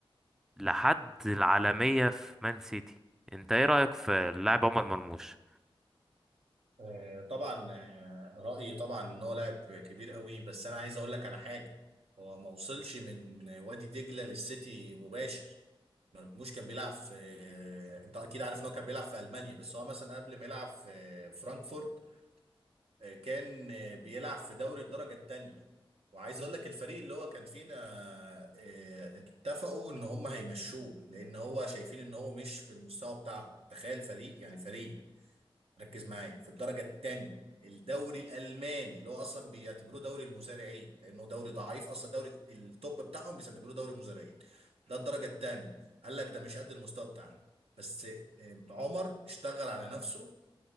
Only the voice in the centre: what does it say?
لحد العالمية في مان سيتي انت ايه رأيك في اللاعب عمر مرموش؟